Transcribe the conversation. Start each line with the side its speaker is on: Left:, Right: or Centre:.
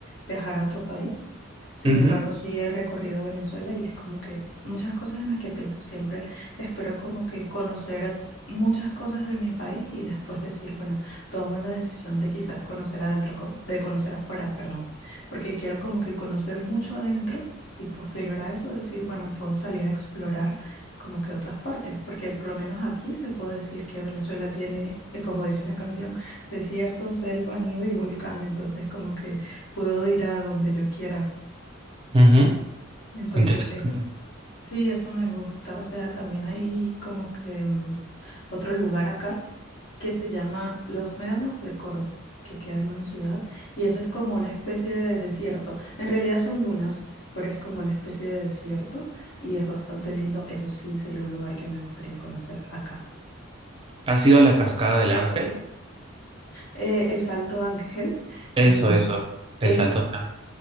Left: viajar a otro país. Sin
Right: Ujú,
Left: embargo, sí he recorrido Venezuela y es como que muchas cosas en las que pienso. Siempre espero como que conocer muchas cosas de mi país y después decir, bueno, tomo la decisión de quizás conocer adentro, co- de conocer afuera, perdón, porque quiero como que conocer mucho adentro y posterior a eso decir, bueno, puedo salir a explorar como que otras partes, porque por lo menos aquí se puede decir que Venezuela tiene, eh, como dice una canción, desierto, selva, nieve y volcán, entonces como que puedo ir a donde yo quiera.
Right: ujú.
Left: Entonces,
Right: Interesante.
Left: es Sí, eso me gusta. O sea, también hay como que mm, otro lugar acá que se llama Los Médanos de Coro, que queda en una ciudad, y eso es como una especie de desierto. En realidad son dunas, pero es como una especie de desierto y es bastante lindo. Eso sí sería un lugar que me gustaría conocer acá.
Right: ¿Has ido a la cascada del Ángel?
Left: Eh, el Salto Ángel,
Right: Eso,
Left: no.
Right: eso,
Left: Es
Right: el salto del Ángel.